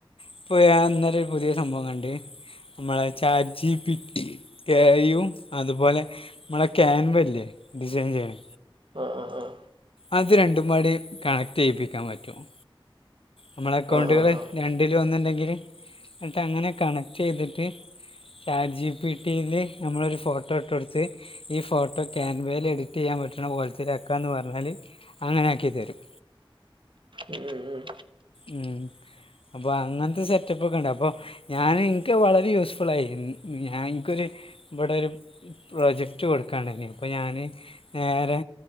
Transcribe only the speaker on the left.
ഇപ്പൊ ഞാൻഅന്നേരംഒര് പുതിയ സംഭവംകണ്ടേ നമ്മളെ ചാറ്റ് ജിപിട്ടി എ ഐയും അതുപോലെ നമ്മളെ ക്യാൻവല്ലേ ഡിസൈൻ ചെയ്യ
അത് രണ്ടുംപാടി കണക്ട് ചെയ്യിപ്പിക്കാൻ പറ്റുമോ അമ്മളെ അക്കൗണ്ടുകള്
രണ്ടിലും ഒന്നുണ്ടെങ്കില് ഇന്നട്ട് അങ്ങനെ കണക്ട് ചെയ്തിട്ട് ചാറ്റ് ജി പി ടിയില് ഞമ്മളൊരു ഫോട്ടോഇട്ട് കൊടുത്ത് ഈ ഫോട്ടോ ക്യാൻവയിൽ എഡിറ്റ് ചെയ്യാൻ പറ്റണ പോലെത്ത്ലാക്കാന്ന് പറഞ്ഞാൽ അങ്ങനെയാക്കി തരും
ഉം അപ്പൊ അങ്ങനത്തെ സെറ്റപ്പ് ഒക്കെ ഇണ്ട് അപ്പൊ ഞാന് ഇൻക്ക് അത് വളരെ യൂസ്ഫുൾ ആയി ഞാ ഇൻക്കൊരു ഇവിടെ ഒരു പ്രൊജക്റ്റ് കൊടുക്കണ്ടയ്നിം അപ്പോ ഞാന് നേരെ